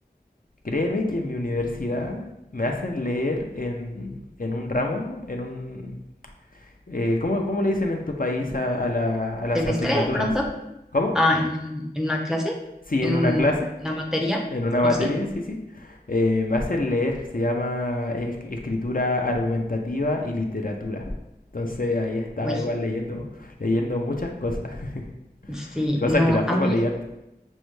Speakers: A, on the left (about 55°); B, in the centre.
A: Créeme que en mi universidad me hacen leer en, en un ramo, en un... eh, ¿cómo, cómo le dicen en tu país a, a la- a las
B: ¿Semestre
A: asignaturas?
B: de pronto?
A: ¿Cómo?
B: Ah, en, en una clase,
A: Sí,
B: en
A: en
B: un-
A: una clase,
B: una materia,
A: en una materia,
B: no sé.
A: sí, sí. Eh, me hacen leer, se llama es- escritura argumentativa y literatura. Entonces ahí estaba
B: Uy,
A: igual leyendo, leyendo muchas cosas, <laughs>
B: sí,
A: cosas
B: no,
A: que tampoco
B: a mí,
A: leía. antes.